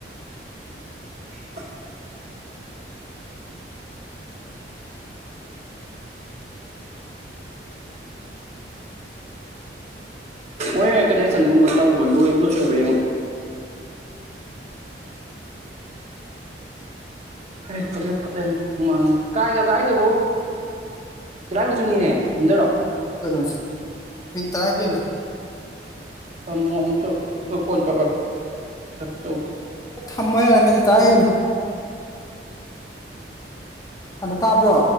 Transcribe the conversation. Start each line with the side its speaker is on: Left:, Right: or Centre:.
Right: <inaudible> ꯋꯦꯌꯔ ꯀꯅꯦꯛꯁꯟꯒꯨꯝꯕ ꯇꯧꯕ ꯂꯣꯏ ꯑꯃ ꯁꯣꯏꯕ꯭ꯔ ꯌꯦꯡꯉꯨ ꯍꯩ ꯐꯨꯠꯂꯦ ꯐꯨꯠꯂꯦ ꯍꯨꯃꯥꯡꯅ ꯀꯥꯏꯅꯣ ꯀꯥꯏꯗꯨꯕꯨ ꯇꯂꯥꯏꯈꯨꯝꯕꯤ ꯆꯨꯅꯤꯅꯦ ꯀꯨꯝꯟꯗꯔꯣ꯫
Left: <unintelligible> ꯃꯤ ꯇꯔꯥ ꯍꯦꯜꯂꯦ꯫
Right: ꯊꯝꯃꯣ ꯑꯃꯨꯛ ꯇꯧꯔꯛꯀꯦ ꯑꯣ ꯀꯣꯟꯅ ꯇꯧꯔꯛꯑꯒꯦ ꯊꯕꯛ ꯇꯧꯒꯦ
Left: ꯊꯝꯃꯣ ꯌꯥꯔꯦ ꯃꯤꯅꯤꯠ ꯇꯔꯥ ꯍꯦꯂꯦ꯫ ꯑꯅ ꯇꯥꯕ꯭ꯔꯣ